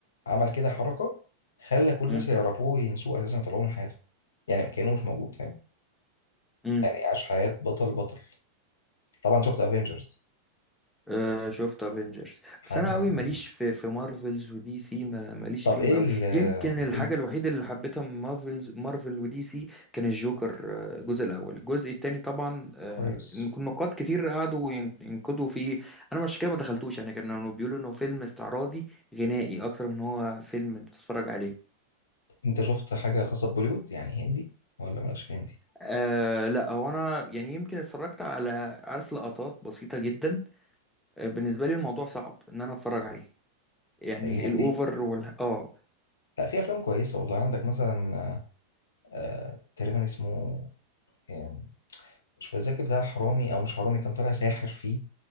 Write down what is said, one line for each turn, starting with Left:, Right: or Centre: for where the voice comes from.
Left: عمل كده حركة خلى كل الناس
Centre: امم
Left: اللي يعرفوه ينسوه أساسا ويطلعوه من حياته يعني كأنه مش موجود فاهم؟
Centre: امم
Left: يعني عاش حياة بطل بطل طبعا شفت افنجرز
Centre: أه شفت افنجرز
Left: حاجه
Centre: بس انا قوي ماليش في في مارفلز ودي سي ما ماليش
Left: طب
Centre: فيهم
Left: ايه
Centre: قوي
Left: ال إيه
Centre: يمكن الحاجة
Left: ال-
Centre: الوحيدة اللي حبيتها من مارفلز مارفل ودي سي كان الجوكر آه، الجزء الاول الجزء التاني طبعا آه،
Left: كويس
Centre: إن كنا نقاد كتير قعدوا ين- ينقدوا فيه انا مش كده ما دخلتوش انا كانوا بيقولوا انه فيلم استعراضي غنائي اكتر من هو فيلم انت تتفرج عليه
Left: طب انت شفت حاجه خاصه ببوليوود يعني هندي ولا مالكش في هندي
Centre: آه لا هو انا يعني يمكن اتفرجت على عارف لقطات بسيطة جدا بالنسبه لي الموضوع صعب ان انا اتفرج عليه يعني
Left: الهندي
Centre: الاوفر وال اه
Left: لا في افلام كويسه والله عندك مثلا آه تقريبا اسمه آه، مش فاكر بتاع حرامي او مش حرامي كان طالع ساحر فيه